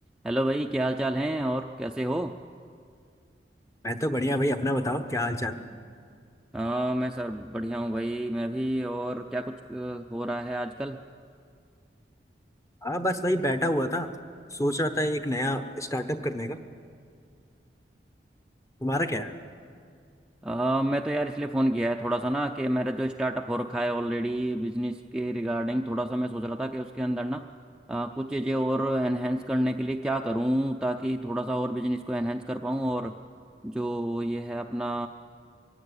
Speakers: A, in the centre; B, on the left (about 15°).
A: Hello भाई क्या हाल चाल हैं और कैसे हो
B: मैं तो बढ़िया भाई अपना बताओ क्या हाल चाल
A: आ, मैं सर बढ़िया हूँ भाई मैं भी और क्या कुछ अ, हो रहा है आजकल
B: हाँ बस वही बैठा हुआ था सोच रहा था एक नया स्टार्टअप करने का तुम्हारा क्या
A: तो
B: है
A: अ, मैं तो यार इसलिए फ़ोन किया है थोड़ा सा ना कि मेरा जो स्टार्टअप हो रखा है ऑलरेडी बिजनेस के रिगार्डिंग थोड़ा सा मैं सोच रहा था कि उसके अंदर ना अ, कुछ चीज़ें और एनहेंस करने के लिए क्या करूँ ताकि थोड़ा सा और बिजनेस को एनहेंस कर पाऊँ और जो ये है अपना